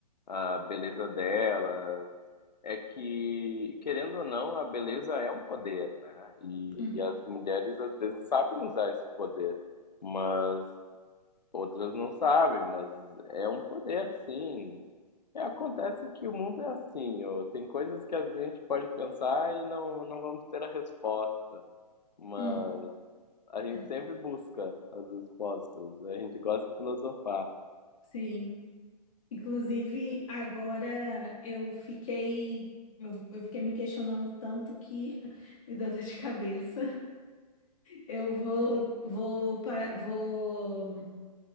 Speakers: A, on the left; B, on the left.
A: a beleza dela, é que, querendo ou não, a beleza é um poder, né? E
B: Hum,
A: as mulheres às vezes sabem usar esse poder, mas outras não sabem, mas é um poder, sim. É, acontece que o mundo é assim, ó, tem coisas que a gente pode pensar e não, não vamos ter a resposta, mas
B: hum,
A: a gente
B: é,
A: sempre busca as respostas, a gente gosta de filosofar.
B: sim. Inclusive, agora eu fiquei, eu, eu fiquei me questionando tanto que <laughs> me deu dor de cabeça. Eu vou, vou, pa- vou